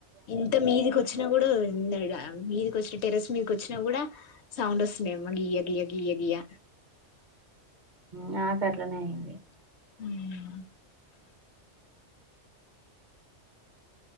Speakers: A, on the left (about 70°); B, on the right (about 50°).
A: ఇంత మీదికి వచ్చినా కూడా ఎందడ మీదికచ్చి టెరెస్ మీదకు వచ్చిన కూడా సౌండ్ వస్తున్నయి అమ్మ గియ్య గియ్య గియ్య గియ్య
B: నాక అట్లనే అయింది
A: ఉమ్